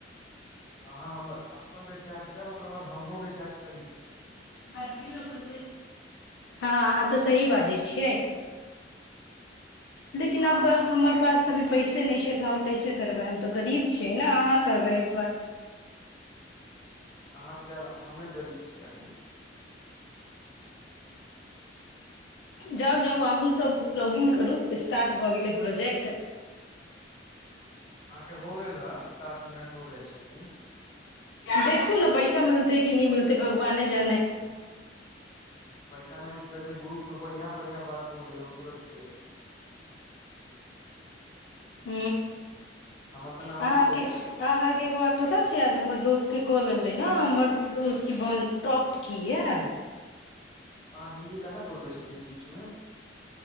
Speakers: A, on the left; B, on the left.
A: अहाँ हम अपन रिचार्ज कर ओकर बाद हमरो रिचार्ज करि देब
B: बछी लोको हँ अहाँ तऽ सही बाजै छियै लेकिन
A: हँ
B: अब हमर पास ी पैसे नहि छै तऽ हम कैसे करबै हम तऽ गरीब छियै ने अहाँ करबै इ बार
A: अहाँ से ज्यादा हमे गरीब छियै एखन
B: जाउ जाउ अहूँ सब लॉग इिन करू स्टार्ट भऽ गेलै प्रोजेक्ट
A: अहाँके हो गेल हे सात मिनट हो गेल चटनी
B: देखू ने पैसा मिलते कि नहि मिलते भगवाने जाने
A: पैसा नहि मिलतैने ग्रुप मे बढ़िया बढ़िया बात बल देब हम तुरते
B: ह
A: हमर तऽ नामो
B: अहाँके
A: नहि देलके छै
B: अहाँके एगो बात पता छै आज हमर दोस्त के कऽ लेले ह हमर उसी बन टॉप की यै
A: अहाँ हिंन्दी काह बोल दै छै बीच बीचमे